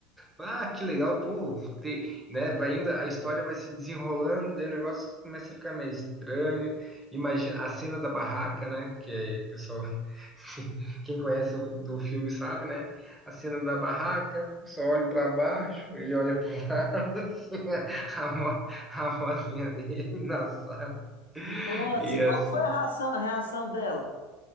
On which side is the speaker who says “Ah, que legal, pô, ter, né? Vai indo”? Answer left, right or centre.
Centre